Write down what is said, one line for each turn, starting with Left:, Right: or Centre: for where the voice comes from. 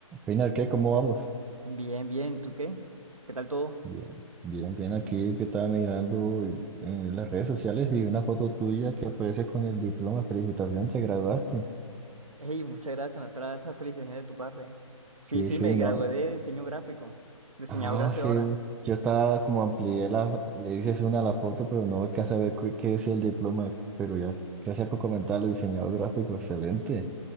Centre: Final, ¿qué? ¿Cómo vamos?
Right: Bien, bien, ¿tú qué? ¿Qué tal todo?
Centre: Bien, bien, bien. Aquí que estaba mirando eh, en las redes sociales y una foto tuya que aparece con el diploma. Felicitaciones, te graduaste.
Right: Hey, muchas gracias, me espera esa felicitación de tu parte. Sí,
Centre: Sí,
Right: sí,
Centre: sí,
Right: me gradué
Centre: no.
Right: de diseño gráfico, diseñador
Centre: Ah,
Right: gráfico
Centre: sí.
Right: ahora.
Centre: Yo estaba como amplié la, le dices una a la foto, pero no alcanza a ver qué, qué es el diploma. Pero ya, gracias por comentarlo, diseñador gráfico, excelente.